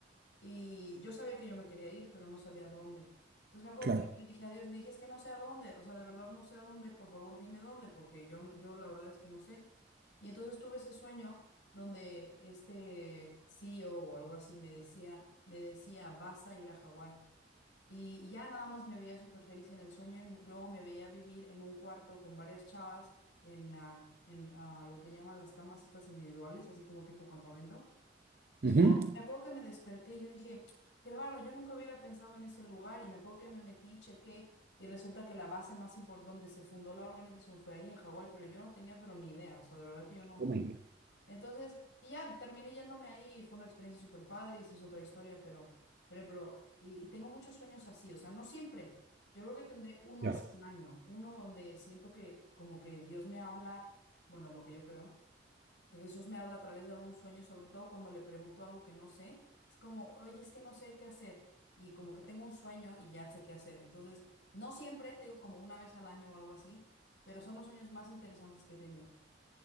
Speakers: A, on the left (about 80°); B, on the right (about 55°).
A: y yo sabía que yo me quería ir, pero no sabía a dónde. Entonces me acuerdo
B: claro.
A: que yo le dije a Dios, le dije, es que no sé a dónde, o sea, de verdad no sé a dónde, por favor dime dónde, porque yo, yo la verdad es que no sé. Y entonces tuve ese sueño donde este CEO o o algo así me decía, me decía, vas a ir a Hawái. Y, y ya nada más me veía súper feliz en el sueño y m- luego me veía vivir en un cuarto con varias chavas en, ah, en ah, lo que llaman las camas estas individuales, así como tipo campamento. Y
B: Ujú.
A: ya, me acuerdo que me desperté y yo dije, qué raro, yo nunca hubiera pensado en ese lugar. Y me acuerdo que me metí, chequé, y resulta que la base más importante, donde se fundó la organización fue ahí en Hawái, pero yo no tenía pero ni idea, o sea, de verdad que yo no.
B: Oh my God.
A: Entonces, y ya, terminé yéndome ahí y fue una experiencia súper padre y esa es otra historia, pero, por ejemplo, y, y tengo muchos sueños así, o sea, no siempre. Yo creo que tendré uno
B: Ya.
A: así al año, uno donde siento que como que Dios me habla, bueno, es lo que yo creo que Jesús me habla a través de algún sueño, sobre todo cuando le pregunto algo que no sé, es como, oye, es que no sé qué hacer, y como que tengo un sueño y ya sé qué hacer. Entonces, no siempre, te digo como una vez al año o algo así, pero son los sueños más interesantes que he tenido.